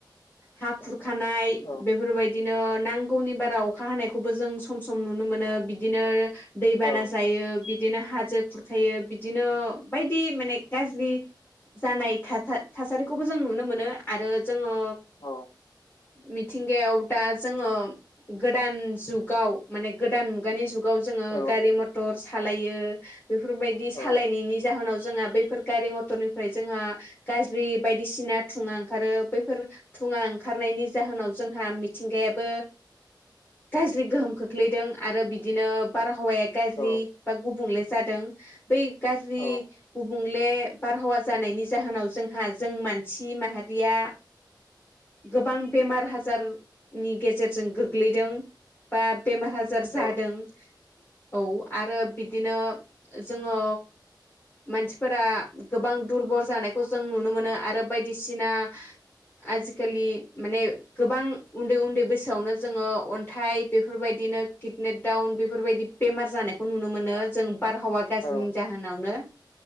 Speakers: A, on the left; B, on the left.
A: हा खुर खानाय
B: औ औ
A: बेफोरबायदिनो नांगौनि बाराव अखा हानायखौबो जों सम सम नुनो मोनो बिदिनो दै
B: औ
A: बाना बिदिनो हाजो खुरखायो बिदिनो बायदि माने गाज्रि जानाय थासारिखौबो जों नुनो मोनो आरो जोङो
B: औ
A: मिथि मिथिंगायाव दा जोङो गोदान जुगाव माने गोदान मुगानि जग गाव जोङो
B: औ
A: गारि मथर सालायो बेफोरबायदि
B: औ
A: सालायनायनि जाहोनाव जोंहा बैफोर गारि मथरनि ओमफ्राय जोंहा गाज्रि बायदिसिना थुङा ओंखारो बैफोर थुङा ओंखारनायनि जाहोनाव जोंहा मिथिंगायाबो गाज्रि गोहोम खोख्लैदों आरो बिदिनो बारहावाया गाज्रि
B: औ
A: बा गुबुंले जादों। बेै गाज्रि
B: औ
A: गुबुं ले बारहावा जानायनि जाहोनाव जोंहा जों मानसि माहारिया गोबां बेमार हाजारनि गेजेरजों गोग्लैदों बा बेमार आजार
B: औ
A: जादों औ आरो बिदिनो जोङो मानसिफोरा गोबां दुरबल जानायखौ जों नुनो मोनो आरो बायदिसिना आजिखालि माने गोबां उन्दै उन्दै बैसोआवनो जोङो अन्थाइ बेफोरबाय दिनो किदने दाउन बेफोरबायदि। बेमार जानायखौ नुनो मोनो जों बारहावा गाज्रिनि
B: औ
A: जाहोनावनो।